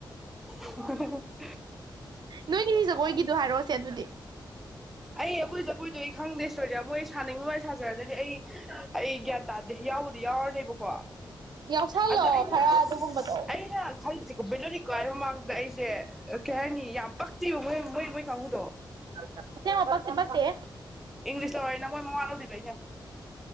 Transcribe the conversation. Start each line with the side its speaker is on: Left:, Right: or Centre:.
Centre: <unintelligible>
Right: ꯅꯣꯏꯒꯤ ꯖꯒꯣꯏꯒꯤꯗꯣ ꯍꯥꯏꯔꯛ ꯑꯣꯁꯦ ꯑꯗꯨꯗꯤ꯫
Centre: ꯑꯩ ꯑꯩꯈꯣꯏ ꯖꯒꯣꯏꯗꯣ- ꯈꯪꯗꯦ ꯁꯣꯏꯖ ꯃꯣꯏ ꯁꯥꯅꯤꯡꯕ ꯃꯥꯏ ꯁꯥꯖꯔꯖꯅꯤ ꯑꯩ ꯑꯩ ꯒ꯭ꯌꯥꯟ ꯇꯥꯗꯦ ꯌꯥꯎꯕꯨꯗꯤ ꯌꯥꯎꯔꯅꯦꯕꯀꯣ
Right: ꯌꯥꯎꯁꯜꯂꯣ
Centre: ꯑꯗꯣ ꯑꯩꯅ
Right: ꯈꯔ ꯑꯗꯨꯒꯨꯝꯕꯗꯣ
Centre: ꯑꯩꯅ ꯈꯜꯂꯤꯁꯦꯀꯣ ꯕꯦꯂꯣꯔꯤ ꯀꯥꯏ ꯃꯃꯥꯡꯗ ꯑꯩꯁꯦ ꯀꯩ ꯍꯥꯏꯅꯤ ꯌꯥꯝ ꯄꯛꯇꯦꯕ ꯃꯣꯏ ꯃꯣꯏ ꯃꯣꯏ ꯀꯥꯡꯕꯨꯗꯣ
Right: <unintelligible> ꯄꯛꯇꯤ ꯄꯛꯇꯦꯍꯦ꯫
Centre: ꯏꯪꯂꯤꯁ ꯂꯧꯔꯦꯅ ꯃꯣꯏ ꯃꯋꯥ ꯂꯧꯗꯦꯕ ꯑꯩꯅ꯫